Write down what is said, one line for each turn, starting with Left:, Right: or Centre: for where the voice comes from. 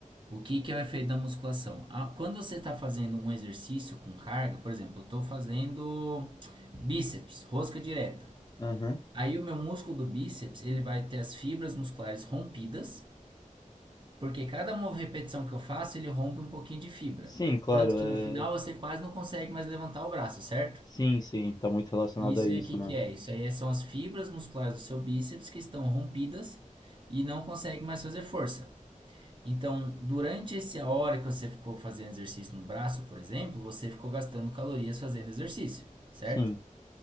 Right: O que que é o efeito da musculação? Ah, quando você está fazendo um exercício com carga, por exemplo, eu estou fazendo bíceps, rosca direta.
Left: Aham.
Right: Aí o meu músculo do bíceps, ele vai ter as fibras musculares rompidas, porque cada mov- repetição que eu faço, ele rompe um pouquinho de fibra.
Left: Sim, claro.
Right: Tanto que
Left: É...
Right: no final você quase não consegue mais levantar o braço, certo?
Left: Sim, sim, tá muito relacionado
Right: E Isso
Left: a isso,
Right: aí o que
Left: né?
Right: que é? Isso aí são as fibras musculares do seu bíceps que estão rompidas e não consegue mais fazer força. Então, durante essa hora que você ficou fazendo exercício no braço, por exemplo, você ficou gastando calorias fazendo exercício, certo?
Left: Sim.